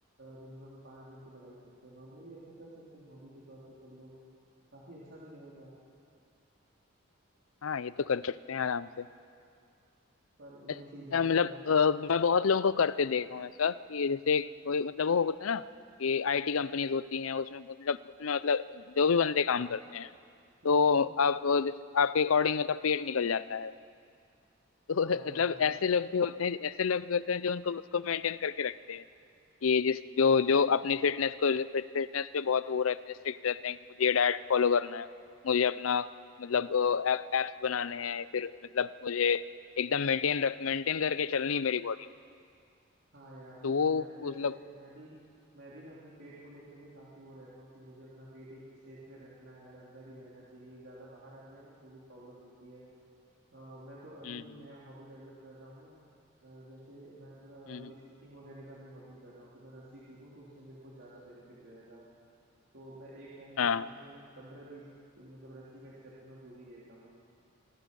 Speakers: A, on the right; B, on the left.
A: मिनिमम पांच दिन तो बढ़ा ही सकते हैं नॉर्मली ऐसा कर सकते हैं हॉबी के तौर पे सब लोग काफी अच्छा भी रहेगा
B: हाँ ये तो कर सकते हैं आराम से
A: पर वही
B: अच्छा
A: चीज है ना
B: मतलब
A: यार
B: अ,
A: कि
B: मैं बहुत लोगों को करते देखा हूँ ऐसा कि जैसे कोई मतलब वो होता है ना कि आईटी कंपनीज होती हैं उसमें मतलब उसमें मतलब जो भी बंदे काम करते हैं
A: हम्म
B: तो
A: हम्म
B: आप जैसे आपके अकॉर्डिंग मतलब पेट निकल जाता है तो
A: हाँ
B: मतलब
A: वो तो है
B: ऐसे लोग भी होते हैं ऐसे लोग भी होते हैं जो उनको उसको मेंटेन करके रखते हैं ये जिस जो जो अपनी फिटनेस को फिटनेस पे बहुत वो रहते हैं स्ट्रिक्ट रहते हैं कि मुझे ये डाइट फॉलो करना है मुझे अपना मतलब एप्स बनाने हैं फिर मतलब मुझे एकदम मेंटेन रख मेंटेन करके चलनी है मेरी बॉडी को
A: हाँ यार वो
B: तो वो
A: तो है अब जैसे
B: उस मतलब
A: मैं भी मैं भी ना अपने पेट को लेकर के काफी वो रहता हूँ कि मुझे अपना पेट एक शेप में रखना है यार अंदर ही रहना चाहिए ज्यादा बाहर आ गया ना तो भी प्रॉब्लम होती है अ, मैं तो अभी
B: हम्म
A: एक
B: हम्म
A: नया हॉबी डेवलप कर रहा हूँ ना अ, जैसे मैं थोड़ा
B: हम्म, हम्म,
A: स्कीपिंग वगैरह का भी हॉबी कर रहा हूँ कि मैं रस्सी कूदूं तो उससे मेरे को ज्यादा बेनिफिट रहेगा तो मैं एक टाइम पे
B: हाँ
A: कम से कम पंद्रह बीस मतलब रस्सी का स्टेप तो मैं कूद ही लेता